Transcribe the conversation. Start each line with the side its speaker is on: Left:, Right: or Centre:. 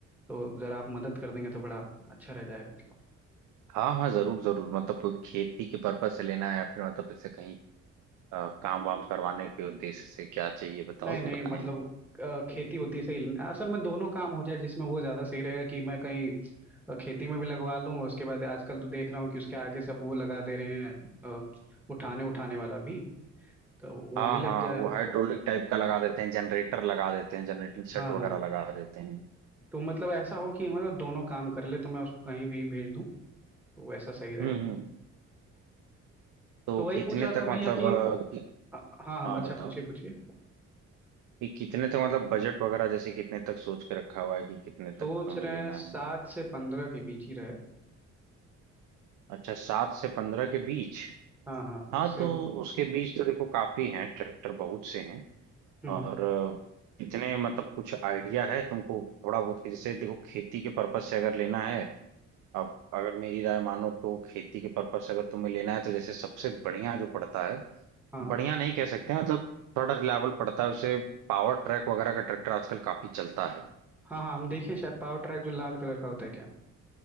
Centre: तो ज़रा आप मदद कर देंगे तो बड़ा अच्छा रह जाएगा मतलब
Right: हाँ हाँ जरूर जरूर मतलब खेती के पर्पज से लेना है या फिर मतलब जैसे कहीं अ, काम वाम करवाने के उद्देश्य से क्या चाहिए बताओ
Centre: नहीं नहीं
Right: तो बताएं
Centre: मतलब
Right: हमें।
Centre: अ, खेती होती सही असल में दोनों काम हो जाए जिसमें वो ज़्यादा सही रहेगा कि मैं कहीं अ, खेती में भी लगवा लूँ उसके बाद आजकल तो देख रहा हूँ कि उसके आगे सब वो लगा दे रहे हैं अ, उठाने उठाने वाला भी तो वो
Right: हाँ
Centre: भी लग
Right: हाँ
Centre: जाए
Right: वो हाइड्रोलिक टाइप का लगा देते हैं जनरेटर लगा देते हैं जनरेटिंग सेट
Centre: हाँ
Right: वगैरह
Centre: हाँ
Right: लगा देते हैं
Centre: तो मतलब ऐसा हो कि मतलब दोनों काम कर ले तो मैं उसको कहीं भी भेज दूँ तो वैसा सही रहेगा
Right: हम्म हम्म तो
Centre: तो वही
Right: कितने
Centre: पूछ रहा
Right: तक
Centre: था
Right: मतलब
Centre: भैया कि
Right: अ, कि,
Centre: अ, हाँ
Right: हाँ
Centre: हम अच्छा
Right: बताओ
Centre: पूछिए पूछिए
Right: कि कितने तक मतलब बजट वगैरह जैसे कितने तक सोच के रखा हुआ है कि कितने
Centre: सोच
Right: तक तुम्हें
Centre: रहे
Right: लेना
Centre: हैं सात
Right: है
Centre: से पंद्रह के बीच ही रहे
Right: अच्छा सात से पंद्रह के बीच
Centre: हाँ हाँ
Right: हाँ
Centre: उससे
Right: तो
Centre: हम्म
Right: उसके बीज तो देखो काफी हैं ट्रैक्टर बहुत से हैं
Centre: हम्म,
Right: और अ, कितने मतलब कुछ आइडिया है तुमको थोड़ा बहुत कि जैसे देखो खेती के पर्पज से अगर लेना है अब अगर मेरी राय मानो तो खेती के पर्पज से अगर तुम्हें लेना है तो जैसे सबसे बढ़िया जो पड़ता है
Centre: हाँ
Right: बढ़िया नहीं कह सकते हैं, मतलब थोड़ा रिलायबल पड़ता है उसे पावर ट्रैक वगैरह का ट्रैक्टर आजकल काफी चलता है
Centre: हाँ हाँ हम देखें शायद पावर ट्रैक जो लाल कलर का होता है क्या